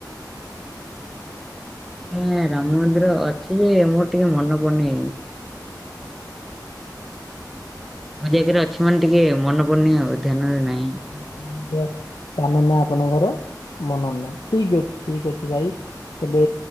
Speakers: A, in the centre; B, on the left (about 80°).
A: ହଁ ରାମ ମନ୍ଦିର ଅଛି ଯେ ମୋର ଟିକେ ମନେ ପଡୁନି। ମୋ ଜାଗାରେ ଅଛି ମାନେ ଟିକେ ମନ ପନଣି ଧ୍ୟାନରେ ନାହିଁ।
B: <unintelligible> ସାନ ନାଁ ଆପଣଙ୍କର ମନୋର ନାହିଁ ଠିକ ଅଛି ଠିକ ଅଛି ଭାଇ। କେବେ